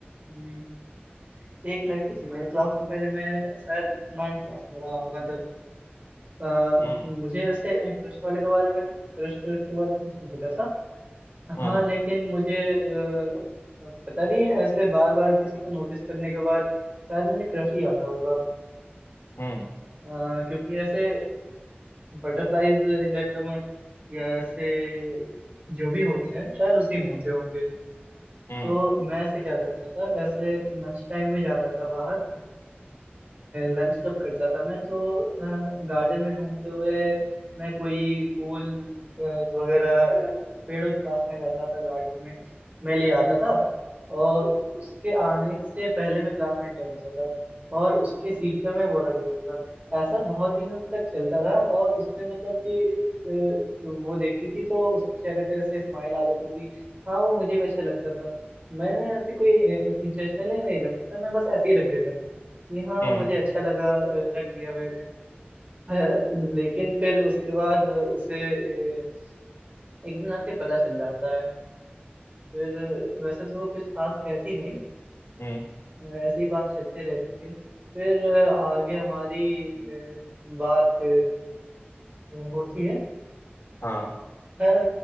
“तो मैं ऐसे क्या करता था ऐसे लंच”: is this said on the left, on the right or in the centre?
Right